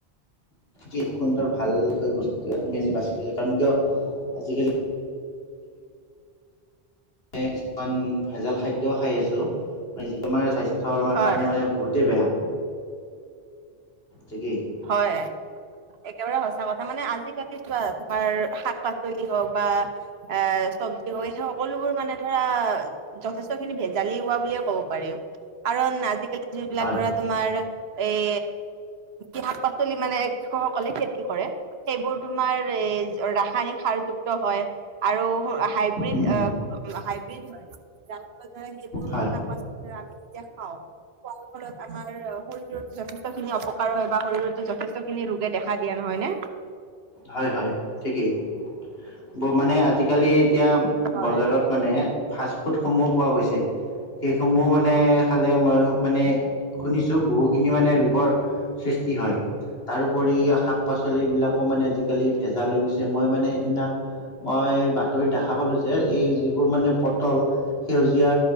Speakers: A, on the left; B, on the right.
A: কি সুন্দৰ ভাল বস্তু এ তুমিজি বাচিলো যে কাৰণ কিয় আজিকালি <unintelligible> ভেজাল খাদ্য খাই আছো যি তমাৰ স্বাস্থ্যয়
B: হয়
A: কাৰণে মানে বহুতে বেয়া ঠিকেই
B: হয় একেবাৰে সঁচা কথা মানে আজিকালি চোৱা তোমাৰ সাত পাচলি হওক বা এ চব্জি হওক এই হওক সকলোবোৰ মানে ধৰা যথেষ্ট খিনি ভেজালি হোৱা বুলিয়ে ক'ব পাৰি কাৰণ আজিকালি যিবিলাক
A: হয়
B: ধৰা তোমাৰ এই শাক পাচলি মানে কৃষকসকলে খেতি কৰে সেইবোৰ তোমাৰ এ ৰাসায়নিক সাৰযুক্ত হয় আৰু হাইব্ৰীড
A: উম
B: আহ হাইব্ৰীড হয়, যাৰ ফলত দৰে সেইবোৰ
A: হয়
B: শাক পাচলি ৰা আমি যেতিয়া খাওঁ, খোৱাৰ ফলত আমাৰ শৰীৰৰ যথেষ্ট খিনি অপকাৰ হয় বা শৰীৰতো যথেষ্ট খিনি ৰোগে দেখা দিয়া, নহয় নে?
A: হয়, হয়, ঠিকেই। ব মানে আজিকালি এতিয়া
B: হয়
A: বজাৰত মানে ফাষ্ট ফুডসমূহ পোৱা গৈছে। সেইসমূহ মানে খালে, মই মানে শুনিছো বহুত খিনি মানে ৰোগৰ সৃষ্টি হয়, তাৰোপৰি শাক পাচলিবিলাকো মানে আজিকালি ভেজাল হৈ গৈছে। মই মানে ইদিনা মই বাতৰিত দেখা পালো যে, এই যিবোৰ মানে পটল সেউজীয়া